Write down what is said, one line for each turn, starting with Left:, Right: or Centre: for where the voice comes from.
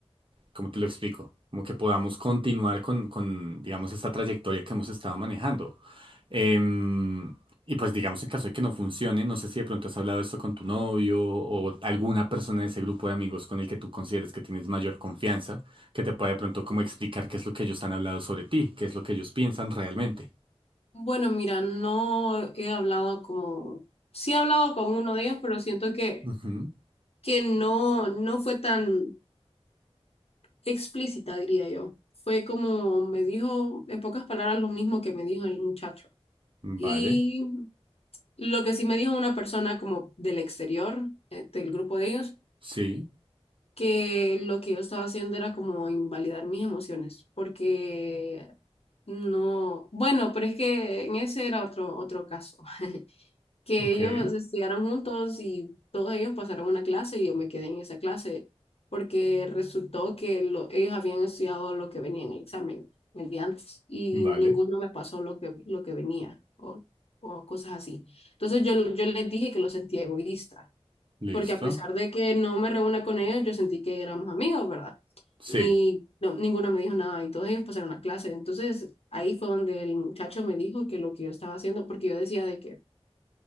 Right: ¿Cómo te lo explico? Como que podamos continuar con, con, digamos, esta trayectoria que hemos estado manejando. Em, y pues, digamos, en caso de que no funcione, no sé si de pronto has hablado esto con tu novio o alguna persona de ese grupo de amigos con el que tú consideres que tienes mayor confianza, que te pueda de pronto como explicar qué es lo que ellos han hablado sobre ti, qué es lo que ellos piensan realmente.
Left: Bueno, mira, no he hablado como... Sí he hablado con uno de ellos, pero siento que,
Right: Ujú,
Left: que no, no fue tan... explícita, diría yo. Fue como me dijo, en pocas palabras, lo mismo que me dijo el muchacho.
Right: Vale,
Left: Y lo que sí me dijo una persona como del exterior, eh, del grupo de ellos,
Right: sí,
Left: que lo que yo estaba haciendo era como invalidar mis emociones, porque no, bueno, pero es que en ese era otro, otro caso. <laughs> que
Right: ok,
Left: ellos estudiaron juntos y todos ellos pasaron una clase y yo me quedé en esa clase porque resultó que lo- ellos habían estudiado lo que venía en el examen el día antes y
Right: vale,
Left: ninguno me pasó lo que, lo que venía o, o cosas así. Entonces yo, yo les dije que lo sentía egoísta
Right: listo,
Left: porque a pesar de que no me reúna con ellos, yo sentí que éramos amigos, ¿verdad?
Right: sí,
Left: Y no- ninguno me dijo nada y todos ellos pasaron la clase. Entonces ahí fue donde el muchacho me dijo que lo que yo estaba haciendo, porque yo decía de que